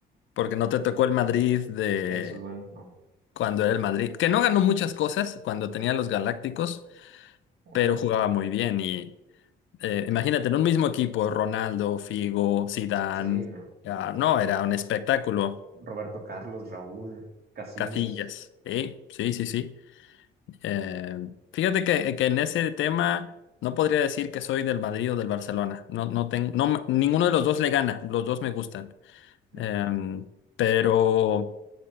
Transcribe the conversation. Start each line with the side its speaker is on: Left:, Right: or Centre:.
Left: porque no te tocó el Madrid de
Right: En sus manos no.
Left: cuando era el Madrid, que no ganó muchas cosas cuando tenía los Galácticos,
Right: Ujú.
Left: pero jugaba muy bien. Y eh, imagínate, en un mismo equipo, Ronaldo, Figo, Zidane,
Right: Sí, no.
Left: ah, no, era un espectáculo.
Right: Roberto Carlos, Raúl, Casillas,
Left: Casillas, ¿eh? Sí, sí, sí. Eh, fíjate que, que en ese tema no podría decir que soy del Madrid o del Barcelona. No, no tengo, no, me- ninguno de los dos le gana, los dos me gustan.
Right: mm,
Left: Eh, pero